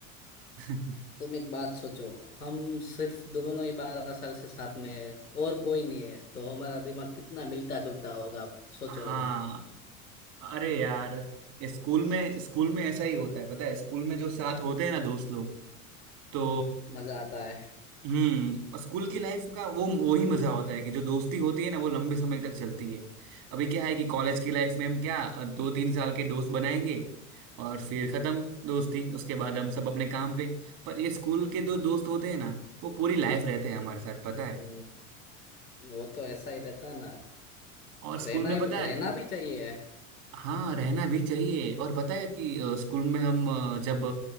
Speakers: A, on the right; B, on the left.
A: <laughs>
B: तुम एक बात सोचो हम सिर्फ दोनों ही बारह साल से साथ में है और कोई नहीं है तो हमारा दिमाग कितना मिलता जुलता होगा सोचो
A: हाँ
B: तुम
A: अरे यार ये स्कूल में स्कूल में ऐसा ही होता है पता है स्कूल में जो साथ होते हैं ना दोस्त लोग तो
B: मजा आता है
A: हम्म स्कूल की लाइफ का वो वही मजा होता है कि जो दोस्ती होती है ना वो लंबे समय तक चलती है अभी क्या है कि कॉलेज की लाइफ में हम क्या अ, दो तीन साल के दोस्त बनाएंगे और फिर खत्म दोस्ती उसके बाद हम सब अपने काम पे पर ये स्कूल के दो दोस्त होते हैं ना वो पूरी लाइफ रहते हैं हमारे साथ
B: हम्म,
A: पता है
B: वो तो ऐसा ही रहता है ना
A: और स्कूल
B: रहना
A: में
B: ही
A: पता
B: रहना
A: है
B: भी चाहिए
A: हाँ रहना भी चाहिए और पता है कि अ, स्कूल में हम अ, जब